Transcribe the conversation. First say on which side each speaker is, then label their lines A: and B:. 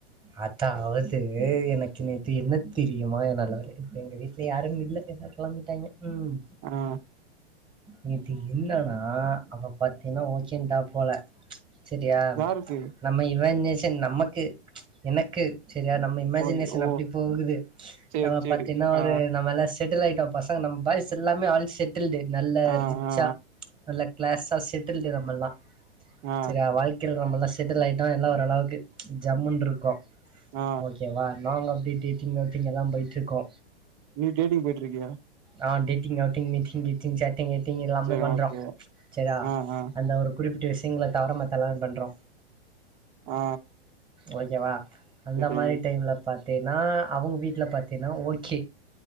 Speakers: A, on the right; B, on the right.
A: அத்தாவது எனக்கு நேத்து என்னத் தெரியுமா எனக் நல்ல வேல இப்ப எங்க வீட்ல யாரும் இல்ல எல்லா கெளம்பிட்டாய்ங்க ம்
B: ஆ
A: நேத்து என்னனா அவ பாத்தேனா ஓகேன்டா போல செரியா
B: யாருக்கு
A: நம்ம இவன் நேசன் நமக்கு எனக்கு செரியா நம்ம இமேஜினேஷன்
B: உனக்கு ஓ
A: அப்டி போகுது
B: சேரி
A: நம்ம
B: சேரி
A: பாத்தீன்னா ஒரு
B: ஆ
A: நம்மல்லா செட்டில் ஆய்ட்டோ பசங்க நம்ம பாய்ஸ் எல்லாமே ஆல் செட்டில்டு நல்ல
B: ஆ
A: ரிச்சா
B: ஆ
A: நல்ல க்ளாஸா செட்டில்டு நம்மள்ளா
B: ஆ ஆ
A: சரியா வாழ் கீல் நம்மல்லா செட்டில் ஆய்டோ எல்லா ஓரளவுக்கு ஜம்முன்ருக்கோ
B: ஆ
A: ஓகேவா நாங்க அப்டி டேட்டிங் அவ்டிங் எல்லா போயிட்ருக்கோ
B: நீ டேடிங் போயிட்ருக்கியா
A: ஆ டேட்டிங் அவுட்டிங் மிட்டிங் கீட்டிங் சாட்டிங் ஏட்டிங் எல்லாமே
B: சேரி
A: பண்றோ
B: ஓகே
A: செரியா
B: ஆ ஆ
A: அந்த ஒரு குறிப்பிட்ட விஷயங்கள தவுர மத்த எல்லாமே பண்றோ
B: ஆ
A: ஓகேவா அந்த
B: செரி
A: மாரி டைம்ல பாத்தீன்னா அவுங்க வீட்டுல பாத் தின்னா ஓகே